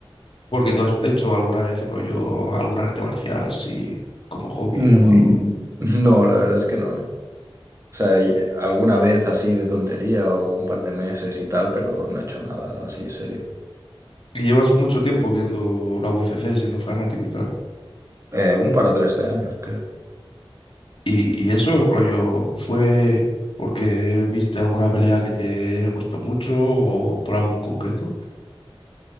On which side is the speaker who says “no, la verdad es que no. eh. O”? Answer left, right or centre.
Right